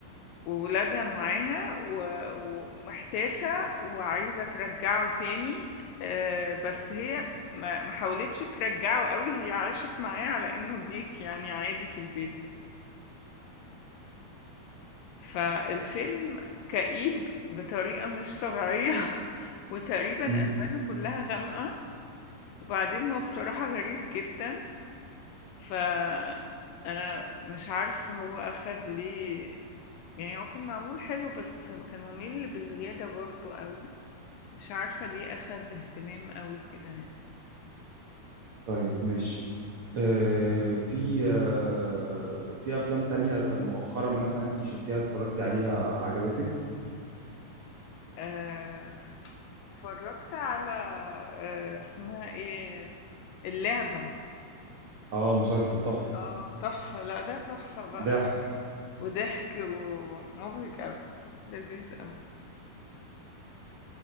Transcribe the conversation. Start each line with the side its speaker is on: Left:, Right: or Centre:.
Left: وولادها معاها و- ومحتاسة وعايزة ترجعه تاني آه، بس هي ما ما حاولتش ترجعه قوي هي عاشت معاه على انه ديك يعني عادي في البيت فالفيلم كئيب بطريقة مش طبيعية <laughs> وتقريبا ألوانه
Right: امم
Left: كلها غامقة وبعدين هو بصراحة غريب جدا فأنا مش عارفة هو أخد ليه يعني هو كان معمول حلو بس كان ممل بزيادة برضو قوي مش عارفة ليه أخد اهتمام أوي كده يعني
Right: طيب ماشي آه في آه في افلام تانية طب مؤخرا مثلا انت شفتيها اتفرجتي عليها عجبتك
Left: آه، اتفرجت على آه، اسمها ايه اللعبة
Right: اه مسلسل تحفة
Left: اه تحفة لا ده تحفة بقى
Right: ده
Left: وضحك ومبهج أوي لذيذ أوي